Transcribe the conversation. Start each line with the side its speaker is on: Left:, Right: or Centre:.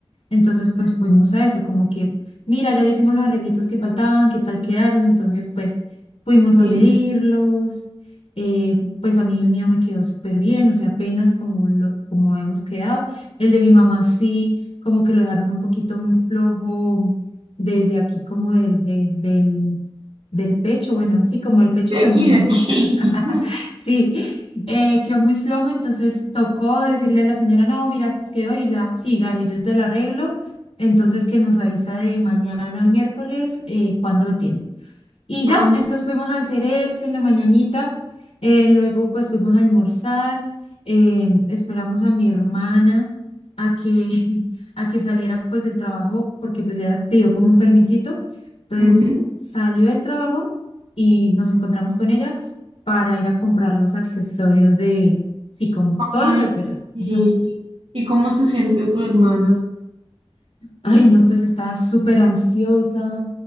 Left: entonces, pues fuimos a eso, como que, mira, ya le hicimos los arreglitos que faltaban, qué tal quedaron. Entonces, pues fuimos a
Right: sí.
Left: medirlos. eh, pues a mí el mío me quedó súper bien, o sea, apenas como, lo, como habíamos quedado. El de mi mamá sí, como que lo dejaron un poquito muy flojo de, de aquí, como del, de- del, del pecho. Bueno, sí, como el pecho
Right: De
Left: quedó
Right: aquí,
Left: muy mal.
Right: de aquí.
Left: <laughs>
Right: <laughs>
Left: Sí, eh, quedó muy flojo, entonces tocó decirle a la señora, no, mira, quedó y ella, sí, dale, yo te lo arreglo. Entonces que nos avisa de mañana al miércoles eh, cuándo lo tiene. Y
Right: Ah,
Left: ya, entonces fuimos a hacer eso en la mañanita, eh, luego pues fuimos a almorzar, eh, esperamos a mi hermana a que, <laughs> a que saliera pues del trabajo, porque pues ella pidió como un permisito, entonces
Right: ujú.
Left: salió del trabajo y nos encontramos con ella para ir a comprar los accesorios de, sí, como todos
Right: Ay,
Left: los accesorios.
Right: sí.
Left: <laughs>
Right: ¿Y cómo se siente tu hermana?
Left: Ay, no, pues estaba súper ansiosa,